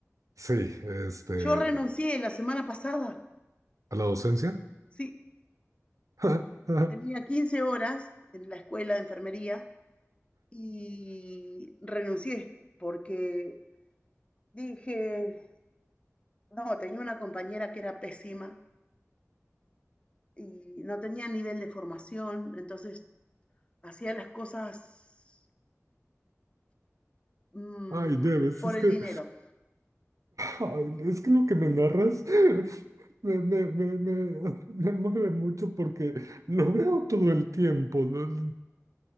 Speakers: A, on the right; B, on the left.
A: sí, este,
B: yo renuncié la semana pasada.
A: a la docencia.
B: Sí,
A: <laughs>
B: tenía 15 horas en la escuela de enfermería Y renuncié porque dije, no, tenía una compañera que era pésima y no tenía nivel de formación, entonces hacía las cosas mm,
A: Ay, Debes,
B: por
A: es
B: el
A: que
B: dinero.
A: Ay, es que lo que me narras <laughs> me, me, me, me, me mueve mucho porque lo veo todo el tiempo. ¿no?